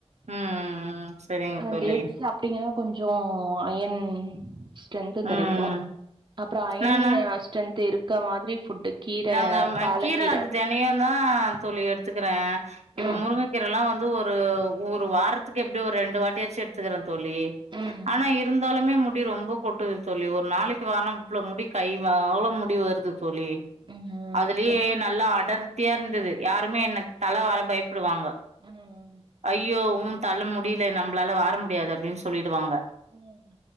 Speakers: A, on the right; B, on the right.
A: ம் ம் செரிங்க
B: ஆ
A: தோழி
B: டேட்ஸ் சாப்ட்டீங்கனா கொஞ்சோ அயன் ட்ரென்த்து கெடைக்கு
A: ம்
B: அப்றோ அயன்னு
A: நானா
B: ஆ ஸ்ட்ரென்த்து இரு க்க மாதிரி ஃபுட்டு கீர
A: நாங்க ம
B: பாலக்கீர
A: கீர அது தெனயுந்தா தோழி எடுத்துக்கிற இப்ப
B: ம்
A: முருங்க கீரல்லா வந் து ஒரு ஒரு வாரத்துக்கு எப்டியு ஒரு ரெண்டு வாட்டியாச்சு எட்த்துக்கற தோழி
B: ம்
A: ஆனா இருந்தாலுமே மு முடி ரொம்ப கொட்டுது தோழி ஒரு நாளைக்கு வார்னா இவ்ளோ முடி கை <unintelligible> அவ்ளோ முடி வருது தோழி
B: ம்
A: அதுலியே நல்லா அடர் த்தியா இருந்துது யாருமே எனக்கு தல வார பயப் புடுவாங்க
B: ம்
A: ஐயோ உ தல முடில நம்ப்ளால வார முடியாது அப்டின் சொல்லிடுவாங்க
B: ம்